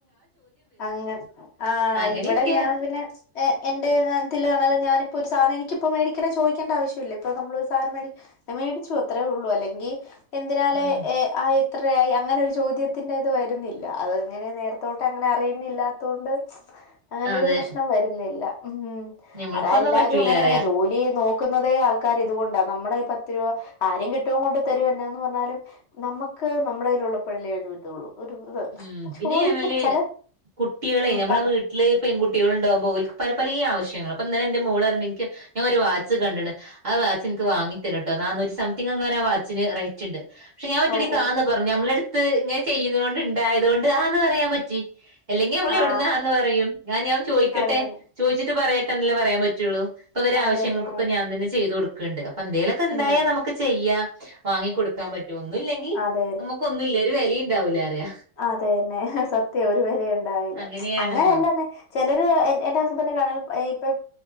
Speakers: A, on the left; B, on the right.
A: അങ്ങനെ ആഹ്
B: അങ്ങനെയൊക്കെയാ
A: ഇവിടെ ഞാൻ പിന്നെ എന്റെ <unintelligible> ഞാനിപ്പോ ഒരു സാനം എനിക്ക് ഇപ്പോ മേടിക്കണേ ചോയിണ്ട ആവശ്യമില്ല ഇപ്പ നമ്മൾ ഒരു സാധനം മേടി ഞാൻ മേടിച്ചു അത്രേ ഉള്ളൂ അല്ലെങ്കിൽ എന്തിനാല്
B: ഉം
A: ആ എത്രയായി അങ്ങനെ ഒരു ചോദ്യത്തിന്റെ ഇത് വരുന്നില്ല അത് അങ്ങനെ നേരത്തോട്ട് അങ്ങനെ അറിയുന്നില്ലാത്ത കൊണ്ട് അങ്ങനെ
B: അതെ
A: ഒരു പ്രശ്നം വരുന്നില്ല ഉം
B: ഞമ്മൾക്കൊന്നും
A: അത് എല്ലാരും
B: പറ്റൂലാ
A: അങ്ങനെ
B: പറയാ
A: തന്നെ ജോലി നോ ക്കുന്നതേ ആൾക്കാര് ഇതുകൊണ്ടാ നമ്മുടെ ഈ പത്ത് രൂപ കാര്യം കെട്ടിയോൻ കൊണ്ട് തരും എന്നാന്ന് പറഞ്ഞാലും നമുക്ക് നമ്മുടെ കയ്ലുള്ള പ്പഴല്ലേ ഒരു ഇതുള്ളൂ ഒരു ഇത്
B: ഉം പിന്നെ
A: ചോദിക്കരുത്
B: ആണേല്
A: ചെല
B: കുട്ടിളെ
A: ഉം
B: നമ്മുടെ
A: പറഞ്ഞു
B: വീ ട്ടില് പെൺകുട്ടികൾ ഉണ്ടാവുമ്പോ ഓല്ക് പലേ പലേ ആവശ്യങ്ങളാ അപ്പൊ ഇന്നലെ ഇന്റെ മോൾ പറയിണ്ട് ഇൻക്ക് ഞാൻ ഒരു വാച്ച് കണ്ട്ണ് ആ വാച്ച് എനിക്ക് വാങ്ങി തരിട്ടോ നാന്നൂറ്റി സംതിങ് എങ്ങാനും ആ വാച്ചിന്റ റൈറ്റ് റ്റുണ്ട് പക്ഷെ ഞാൻ ഒറ്റയടിക്ക്
A: ഓ ഓ
B: ആന്ന് പറഞ്ഞു നമ്മളെടുത്ത് ഇങ്ങനെ ചെയ്ത കൊണ്ട് ഇ ണ്ടായതുകൊണ്ട് ആന്ന് പറയാൻ പറ്റി അല്ലെങ്കി നമ്മൾ എവിടന്ന്
A: ആ
B: ആന്ന് പറയും ഞാൻ ഇനി അഒന്ന് ചോയിക്കട്ടെ
A: അത് തന്നെ
B: ചോയിചിട്ട് പറയട്ടെ എന്നല്ലേ പറയാൻ പറ്റുള്ളൂ അപ്പ അവരെ
A: അത്
B: ആശ്യങ്ങൾക്കൊക്കെ
A: തന്നെ
B: ഞാൻ തന്നെ ചെയ്തു കൊടു ക്ക്ണ്ട് അപ്പൊ എന്തേലൊക്കെ ഇണ്ടായാ
A: ഉം
B: നമുക്ക് ചെയ്യാം വാങ്ങി കൊടുക്കാൻ പറ്റും ഒന്നും ഇല്ലെങ്കിൽ
A: അത്
B: ൽ നമുക്കൊന്നും ഇല്ല ഒരു വെലയും ഉണ്ടാവൂല പറയ
A: അതന്നെ സത്യം ഒരു വിലയും ഉണ്ടാവില്ല
B: അങ്ങനെയാണല്ലോ
A: അങ്ങനെയല്ലന്നെ ചെലര് എന് എന്റെ ഹസ്ബൻഡന്റെ കാണാം ഹേ ഇപ്പൊ